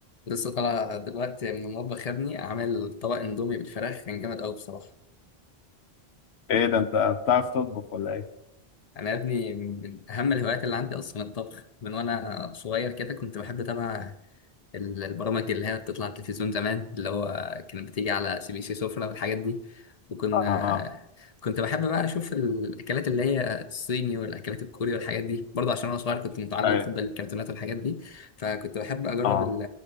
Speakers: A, on the left (about 45°); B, on the left (about 85°).
A: لسه طالع دلوقتي من المطبخ يا ابني عامل طبق اندومي بالفراخ كان جامد قوي بصراحه
B: ايه ده انت بتعرف تطبخ ولا ايه؟
A: انا يا ابني من اهم الهوايات اللي عندي اصلا الطبخ من وانا صغير كده كنت بحب اتابع ال- البرامج اللي هي بتطلع على التلفزيون زمان اللي هو كانت بتيجي على سي بي سي سفرة والحاجات دي وكنا
B: اه
A: كنت بحب بقى اشوف الاكلات اللي هي الصيني والاكلات الكوري والحاجات دي برضه عشان انا صغير كنت متعلق
B: ايوه
A: بالكرتونات والحاجات دي فكنت بحب اجرب
B: اه
A: ال-